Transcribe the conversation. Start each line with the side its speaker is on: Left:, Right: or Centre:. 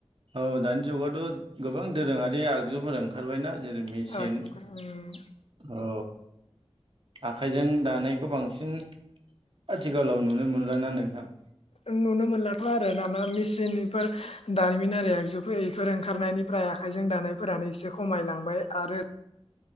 Right: औ दानि जुगावथ' गोबां दोरोङारि आगजुफोर ओंखारबायना जेरै मेसिन
Left: आगजुफोर उम
Right: अ आखाइजों दानायखौ बांसिन आथिखालाव नुनो मोनलााना नोंथां।
Left: नुनो मोनलाथ' आरो दाना मेचिनफोर दारिमिनारि आगजुफोर इफोर ओंखारनायनिफ्राय आखाइजों दानायफोरानो एसे खमायलांबाय आरो